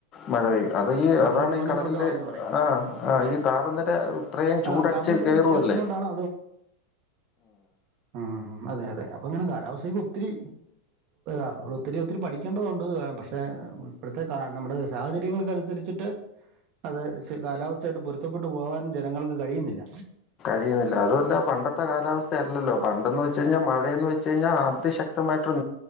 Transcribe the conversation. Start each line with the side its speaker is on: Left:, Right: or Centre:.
Left: മഴ പെയ്യും അത ഈ
Right: കടലിൽ
Left: അതാണ്
Right: ന്യൂനമർദ്ദമായെന്ന്
Left: ഈ കടലിലെ
Right: പറയും
Left: ആ
Right: ഉടനെ
Left: ആ ഈ താപനില ഇത്രയും ചൂടടിച്ച്
Right: ആ താപനിലയുടെ
Left: കയറുവല്ലേ
Right: വ്യത്യാസം കൊണ്ടാണ് ഉ അതെ അതെ അപ്പൊ ഇങ്ങനെ കാലാവസ്ഥ ഇത്തിരി അ ഒത്തിരി ഒത്തിരി പഠിക്കേണ്ടതുണ്ട് പക്ഷേ ഇപ്പോഴത്തെ കാ നമ്മുടെ സാഹചര്യങ്ങൾക്ക് അനുസരിച്ച് ട്ട് അത് കാലാവസ്ഥയായിട്ട് പൊരുത്തപ്പെട്ട് പോകാൻ ജനങ്ങൾക്ക് കഴിയുന്നില്ല
Left: <unintelligible> അതല്ല പണ്ടത്തെ കാലസ്ഥയല്ലോ പണ്ടെന്ന് വെച്ച് കഴിഞ്ഞാൽ മഴയെന്ന് വെച്ച് കഴിഞ്ഞാൽ അതി ശക്ത കൃത്യമായിട്ടരു